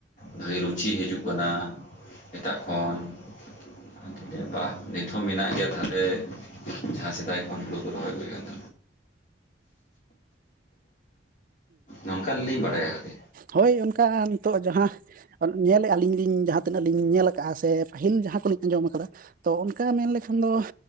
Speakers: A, on the left (about 45°); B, on the right (about 50°).
A: ᱵᱷᱟᱹᱜᱤ ᱨᱩᱪᱤ ᱦᱤᱡᱩᱜ ᱠᱟᱱᱟ ᱮᱴᱟᱜ ᱠᱷᱚᱱ ᱾ <unintelligible> ᱱᱤᱛᱦᱚᱸ ᱢᱮᱱᱟᱜ ᱜᱮᱭᱟ ᱛᱟᱦᱞᱮ ᱡᱟᱦᱟᱸ ᱥᱮᱫᱟᱭ ᱠᱷᱚᱱ ᱦᱩᱲᱩ ᱠᱚ ᱨᱚᱦᱚᱭ ᱟᱹᱜᱩᱭᱮᱫ ᱱᱚᱝᱠᱟ ᱞᱤᱧ ᱵᱟᱲᱟᱭᱟ ᱠᱷᱟᱹᱞᱤ
B: ᱦᱚᱭ ᱚᱱᱠᱟ ᱱᱤᱛᱚᱜ ᱡᱟᱦᱟᱸ ᱧᱮᱞᱮᱜᱼᱟ ᱟᱹᱞᱤᱧ ᱞᱤᱧ ᱡᱟᱦᱟᱸ ᱛᱤᱱᱟᱹᱜ ᱞᱤᱧ ᱧᱮᱞ ᱟᱠᱟᱜᱼᱟ ᱥᱮ ᱯᱟᱹᱦᱤᱞ ᱡᱟᱦᱟᱸ ᱠᱚᱞᱤᱧ ᱟᱸᱡᱚᱢ ᱟᱠᱟᱫᱟ ᱛᱚ ᱚᱱᱠᱟ ᱢᱮᱱᱞᱮᱠᱷᱟᱱ ᱫᱚ